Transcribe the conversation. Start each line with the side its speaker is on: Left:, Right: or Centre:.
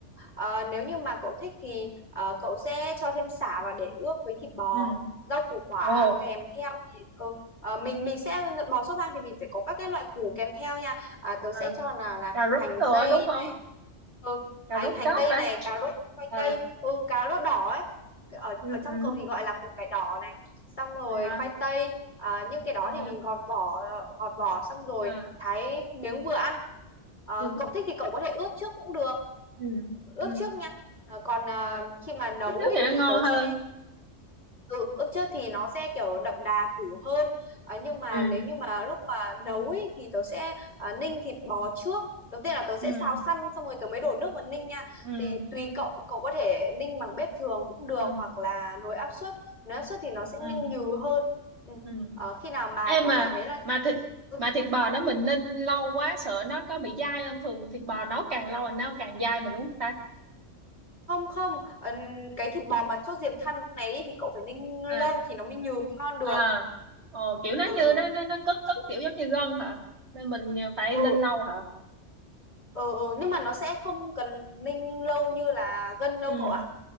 Left: ờ, nếu như mà cậu thích thì ờ, cậu sẽ cho thêm sả vào để ướp với thịt bò
Right: ừ
Left: rau củ quả
Right: ồ
Left: kèm theo thì ừ, ờ, mình mình sẽ bò sốt vang thì mình sẽ có các cái loại củ kèm theo nha à, tớ
Right: ờ
Left: sẽ cho là là
Right: cà rốt
Left: hành
Right: nữa
Left: tây
Right: đúng không
Left: này ừ,
Right: cà
Left: hành
Right: rốt
Left: hành
Right: chóp
Left: tây
Right: ta
Left: này cà rốt khoai
Right: à
Left: tây ừ cà rốt đỏ ấy ở
Right: ừ
Left: ở trong
Right: ừ
Left: cậu thì gọi là củ cải đỏ này xong rồi
Right: à
Left: khoai tây À, nhưng cái đó
Right: à
Left: thì mình gọt vỏ gọt vỏ xong rồi
Right: à
Left: thái miếng vừa ăn Ờ,
Right: ừ
Left: cậu thích thì cậu có thể ướp trước cũng được
Right: ừ
Left: ướp
Right: ừ
Left: trước nha Ờ, còn à,
Right: à.
Left: khi mà nấu
Right: lúc trước
Left: ấy
Right: thì nó
Left: thì
Right: ngon
Left: tớ
Right: hơn
Left: sẽ ừ, ướp trước thì nó sẽ kiểu đậm đà củ hơn Ờ, nhưng mà
Right: ừ
Left: nếu như mà lúc mà nấu ấy thì tớ sẽ à, ninh thịt bò trước đầu tiên là tớ sẽ
Right: ừ
Left: xào săn xong rồi tớ mới đổ nước vào ninh nha
Right: ừ
Left: thì tùy cậu cậu có thể ninh bằng bếp thường cũng được
Right: ừ
Left: hoặc là nồi áp suất nếu áp suất thì nó sẽ
Right: ừ
Left: nhanh nhừ hơn ừ.
Right: ừ
Left: Ờ, khi nào mà
Right: em
Left: cậu
Right: mà
Left: cảm thấy là
Right: mà
Left: thịt
Right: thịt
Left: ừ,
Right: mà thịt bò đó mình ninh lâu quá sợ nó có bị dai không thường thịt bò nấu càng lâu là nó càng dai mà đúng không ta
Left: không không ờ, cái thịt bò mà sốt diềm thăn này ý, thì cậu phải ninh
Right: Ờ.
Left: lâu thì nó mới nhừ mới ngon được
Right: à ờ, kiểu nó
Left: ừ
Right: như
Left: ừ
Right: nó nó nó cứng cứng kiểu giống như gân hả nên mình phải
Left: ừ
Right: ninh lâu hả
Left: ừ, ừ, ừ. nhưng mà nó sẽ không cần ninh lâu như là gân đâu
Right: ừ
Left: cậu ạ